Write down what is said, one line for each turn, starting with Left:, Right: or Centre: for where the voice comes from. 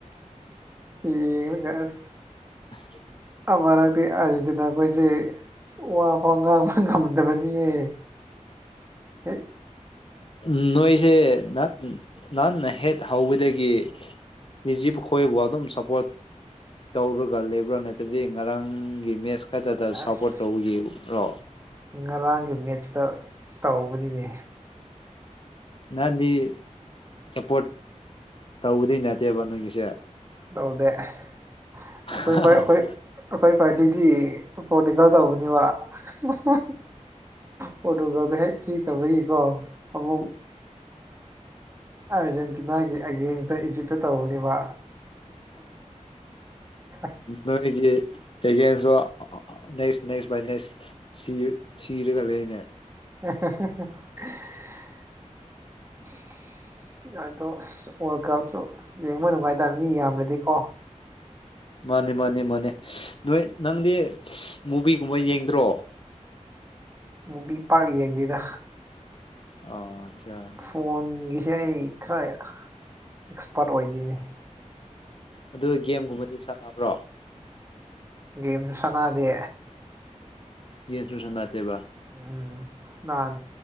Right: ꯉꯦꯡꯉꯤꯅꯤ ꯉꯁꯥꯢ ꯑꯁ
Left: ꯑꯁ
Right: ꯑꯃꯔꯛꯇꯤ ꯑꯥꯔꯖꯦꯟꯇꯤꯅꯥ ꯈꯣꯏꯖꯦ ꯋꯥ ꯐꯥꯎ ꯉꯥꯡꯕ ꯉꯝꯗꯕꯅꯤꯌꯦ ꯑꯦ
Left: ꯎꯝ ꯅꯣꯏꯁꯦ ꯅ ꯎꯝ ꯅꯥꯟꯅ ꯍꯦꯠ ꯍꯧꯕꯗꯒꯤ ꯏꯖꯤꯞ ꯈꯣꯏꯕꯨ ꯑꯗꯨꯝ ꯁꯞꯄ꯭ꯣꯔ꯭ꯠ ꯇꯧꯔꯒ ꯂꯩꯕ꯭ꯔꯣ ꯅꯠꯇ꯭ꯔꯗꯤ ꯉꯔꯥꯡꯒꯤ ꯃꯦꯠꯁ ꯈꯛꯇꯗ
Right: ꯑꯁ
Left: ꯁꯞꯄ꯭ꯣꯔ꯭ꯠ ꯇꯧ ꯌꯦꯡ ꯔꯣ
Right: ꯉꯔꯥꯡꯒꯤ ꯃꯦꯠꯁꯇ ꯇꯧꯕꯅꯤꯅꯦ
Left: ꯅꯥꯗꯤ ꯁꯞꯄ꯭ꯣꯔ꯭ꯠ ꯇꯧꯕꯗꯤ ꯅꯠꯇꯦꯕ ꯅꯣꯏꯒꯤꯁꯦ
Right: ꯗꯧꯗꯦ ꯑꯩꯈꯣꯏ
Left: ꯑꯥ
Right: <unintelligible> ꯑꯈꯣꯏ ꯑꯩꯈꯣꯏ ꯄꯥꯔꯇꯤꯗꯤ ꯄꯣꯂꯤꯇꯤꯀꯦꯜ ꯇꯧꯕꯅꯤꯕ ꯍꯥ ꯄ꯭ꯔꯣꯇꯨꯒꯜꯗꯨ ꯍꯦꯛ ꯆꯤꯈ꯭ꯔꯕꯒꯤꯀꯣ ꯑꯃꯨꯛ ꯑꯥꯔꯖꯦꯟꯇꯤꯅꯥꯒꯤ ꯑꯦꯒꯦꯟꯁꯇ ꯏꯖꯤꯞꯇ ꯇꯧꯕꯅꯦꯕ <unintelligible>
Left: ꯅꯣꯏꯅꯤꯒꯤ ꯑꯦꯒꯦꯟꯁꯁꯨ ꯅꯦꯛꯁ ꯅꯦꯛꯁ ꯕꯥꯏ ꯅꯦꯛꯁ ꯁꯤ ꯁꯤꯔꯒ ꯂꯩꯅꯦ
Right: <unintelligible> ꯑꯗꯣ ꯑꯁ ꯋꯥꯜꯀꯝꯁꯨ ꯌꯦꯡꯕ ꯅꯨꯡꯉꯥꯏꯇꯝ ꯃꯤ ꯌꯥꯝꯒ꯭ꯔꯗꯤꯀꯣ
Left: ꯃꯥꯅꯦ ꯃꯥꯅꯦ ꯃꯥꯅꯦ ꯅꯣꯏ ꯅꯪꯗꯤ ꯃꯨꯚꯤꯒꯨꯝꯕ ꯌꯦꯡꯗ꯭ꯔꯣ
Right: ꯃꯨꯕꯤ ꯄ꯭ꯥꯔꯛ ꯌꯦꯡꯗꯦꯗ
Left: ꯑꯥ ꯆꯤꯌꯔ
Right: ꯐꯣꯟꯒꯤꯁꯦ ꯑꯩ ꯈꯔ ꯑꯦꯛꯁꯄ꯭ꯥꯔ꯭ꯠ ꯑꯣꯏꯗꯤꯅꯦ
Left: ꯑꯗꯨ ꯒꯦꯝꯒꯨꯝꯕꯗꯤ ꯁꯥꯟꯅꯕ꯭ꯔꯣ
Right: ꯒꯦꯝ ꯁꯥꯟꯅꯗꯦ
Left: ꯌꯦꯠꯁꯨꯨ ꯁꯥꯟꯅꯗꯦꯕ
Right: ꯎꯝ ꯅꯍꯥꯟ